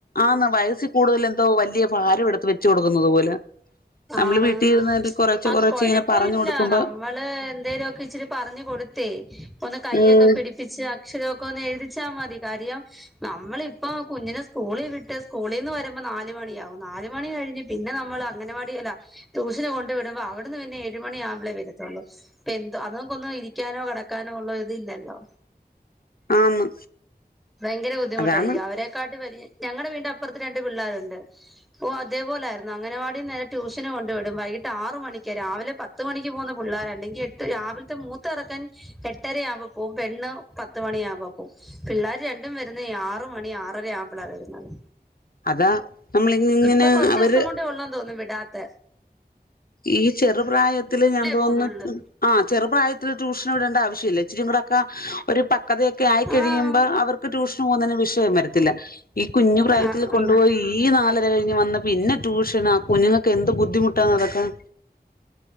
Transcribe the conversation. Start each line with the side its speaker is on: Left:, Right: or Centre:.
Left: ആന്ന് വയസ്സിക്കൂടുതൽ എന്തോ വലിയ ഭാരം എടുത്ത് വെച്ചു കൊടുക്കുന്നത് പോലെ നമ്മള്
Centre: ആണ്
Left: വീട്ടിൽ ഇരുന്ന് കൊറേച്ചെ
Centre: ആ
Left: കൊറേച്ചെ
Centre: കൊഴപ്പ
Left: ഇങ്ങനെ പറഞ്ഞു
Centre: ഇല്ല
Left: കൊടുക്കുമ്പോ
Centre: നമ്മള് എന്തേലുമൊക്കെ ഇച്ചിരി പറഞ്ഞു കൊടു ഇവിടെത്തെ ഒന്ന് കയ്യൊക്കെ
Left: ഉം
Centre: പിടിപ്പിച്ച് അ അക്ഷരമൊക്കെ ഒന്ന് എഴുതിച്ചാ മതി കാര്യം നമ്മളിപ്പോ കുഞ്ഞിനെ സ്കൂളിൽ വിട്ട് സ്കൂളിൽന്ന് വരുമ്പ നാല് മണിയാകും നാല് മണി കഴിഞ്ഞ് പിന്നെ നമ്മൾ അംഗനവാടി ടി അല്ല ട്യൂഷന് കൊണ്ട് വിടുമ്പോ അവിന്ന് പിന്നെ ഏഴ് മണി ആമ്പളേ വരത്തുള്ളൂ. പ്പെന്താ അതാകുമ്പോ ഒന്ന് ഇരിക്കാൻ കാനോ കിടക്കാനോ ഉള്ളൊരിത് ഇല്ലല്ലോ.
Left: ആന്ന്
Centre: ഭയങ്കര ബുദ്ധിമുട്ടായി.
Left: അതാണ്
Centre: അവരെക്കാട്ടി വലി ഞങ്ങടെ വീടിന്റെ അപ്പറത്ത് രണ്ട് പിള്ളേരുണ്ട് ഓ അതേപോലൊയിരുന്നു അങ്ങനവാടി നേ ട്യൂഷന് കൊണ്ട് വിടും. വൈകിട്ട് ആറ മണിക്ക് രാവിലെ പത്ത് മണിക്ക് പോകുന്ന പുള്ളേർ അല്ലെങ്കിൽ എട്ട് രാവിലത്തെ മൂത്തചെറുക്ക ചെക്കൻ എട്ടരയാവുമ്പോ പോകും പെണ്ണ് പത്ത് മണിയാവുമ്പോ പോവും പിള്ളേര് രണ്ടും വരുന്ന ആറ് മണി ആറര ആവുമ്പോളാണ് വരുന്നത്.
Left: അതാ നമ്മളിങ്ങനെ
Centre: ഇപ്പൊ കൊറച്ച്
Left: അവര്
Centre: ദിവസം കൊണ്ട ഉള്ളന്ന് തോന്നുന്നു വിടാത്ത
Left: ഈ ചെറുപ്രായത്തില് ഞങൾക് തോന്നുന്നു
Centre: പോകുന്നുള്ളു
Left: ആ ചെറു പ്രായത്തില് ട്യൂഷൻ വിടേണ്ട ആവശ്യല്ല ഇച്ചിരിങുടെ ഒരു പക്കതയൊക്കെ ആയിക്കഴിയുമ്പോ
Centre: ആഹ്
Left: അവർക്ക് ട്യൂഷൻ പോകുന്നതിന് വിഷയം വരത്തില്ല. ഈ കുഞ്ഞു പ്രായത്തില്
Centre: ആഹ്
Left: കൊണ്ടുപോയി
Centre: ആഹ്
Left: ഈ നാലര കഴിഞ്ഞ് വന്ന് പിന്നെ ട്യൂഷന. കുഞ്ഞുങ്ങൾക്ക് എന്ത് ബുദ്ധിമുട്ടാന്ന് നടക്കാൻ.